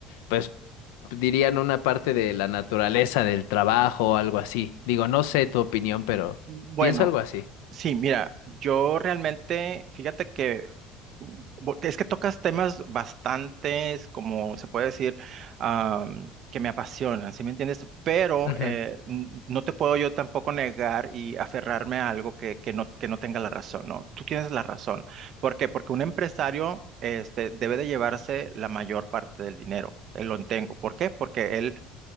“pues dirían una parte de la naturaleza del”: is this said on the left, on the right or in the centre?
Left